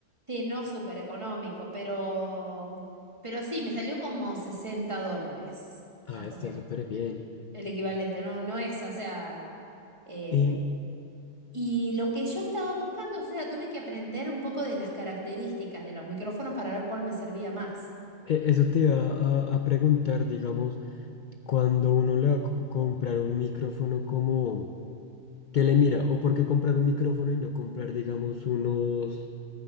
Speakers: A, on the right (about 25°); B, on the left (about 55°).
A: Sí, no súper económico, pero, pero sí, me salió como 60 dólares,
B: Ah,
A: más
B: está
A: o menos,
B: súper bien.
A: el, el equivalente, no, no es, o sea... eh,
B: Y
A: Y lo que yo estaba buscando, o sea, tuve que aprender un poco de las características de los micrófonos para ver cuál me servía más.
B: eh, eso te iba a, a preguntar, digamos. cuando uno le va a co- comprar un micrófono como, ¿qué le mira? ¿O por qué comprar un micrófono y no comprar, digamos, unos,